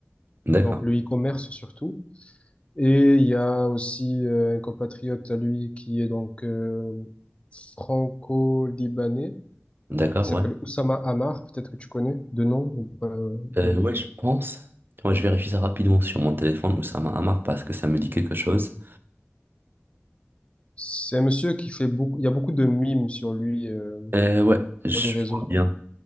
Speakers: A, on the right (about 55°); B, on the left (about 25°).
A: D'accord,
B: donc le e-commerce surtout. Et il y a aussi euh, un compatriote à lui qui est donc euh, franco-libanais,
A: d'accord,
B: qui s'appelle
A: ouais.
B: Oussama Hamar, peut-être que tu connais de nom ou pas, euh, ou pas
A: Euh,
B: du
A: ouais,
B: tout.
A: je pense. Ouais, je vérifie ça rapidement sur mon téléphone, Oussama Hamar, parce que ça me dit quelque chose.
B: C'est un monsieur qui fait beaucoup, il y a beaucoup de mimes sur lui euh,
A: Euh, ouais, je
B: sur les réseaux.
A: vois bien.